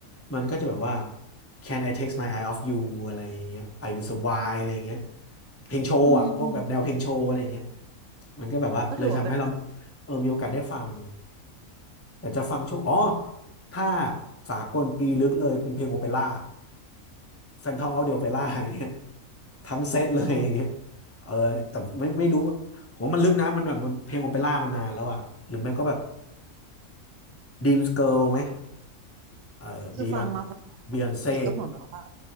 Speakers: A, on the left (about 15°); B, on the right (about 70°).
A: มันก็จะแบบว่า Can I take my eye off you อะไรอย่างเงี้ย I will survive อะไรอย่างเงี้ยเพลงโชว์อ่ะพวกแบบแนวเพลงโชว์อะไรอย่างเงี้ย
B: อืมอืม
A: มันก็แบบว่าเลยทำให้เรา
B: ก็ถือว่าเป็นแบบ
A: เออมีโอกาสได้ฟังแต่จะฟังช่วงอ๋อถ้าสากลปีลึกเลยเป็นเพลงโอเปร่า Phantom of the Opera อย่างเงี้ย ทั้งเซตเลย
B: อ๋อ
A: <laughs> อย่างเงี้ยเออแต่ไม่ไม่รู้ว่าโมมันลึกนะมันแบบมันเพลงโอเปร่ามันนานแล้วอะหรือไม่ก็แบบ Dreams Girl ไหมเออ
B: คือฟังมาเพราะว่าทีก็เหมือนแบบว่า
A: Beyond Beyonce